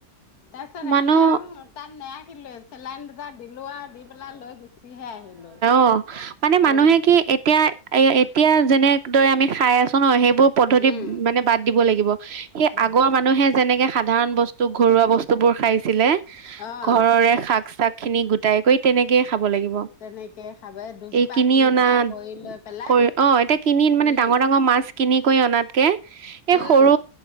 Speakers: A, on the left (about 80°); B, on the right (about 50°).
A: তাৰপিছত সেইকাৰণে
B: মানুহ
A: আও তাত নেৰাখ <unintelligible> চেলাইন দুটা দিলো আও দি পেলাই লৈ গুচিহে আহিলো।
B: অহ, মানে মানুহে
A: অ
B: কি এতিয়া এ- এ এতিয়া যেনেদৰে আমি খাই আছো ন' সেইবোৰ পদ্ধতি
A: উম
B: মানে বাদ দিব লাগিব। সেই
A: বাদ
B: আগৰ
A: দিব
B: মানুহে
A: লাগিব
B: যেনেকে সাধাৰণ বস্তু, ঘৰুৱা বস্তুবোৰ খাইছিলে।
A: অঁ-
B: ঘৰৰে শাক খিনি গোটাই কৈ তেনেকে খাব লাগিব।
A: তেনেকে খাব দুজোপা
B: এই কিনি
A: তিনজোপা
B: অনাত
A: কৰি লৈ পেলাই
B: কৈ, অঁ এতিয়া কিনি কিন্‌ মানে
A: উম
B: ডাঙৰ ডাঙৰ মাছ কিনি কৈ অনাতকে। এই
A: উম
B: সৰু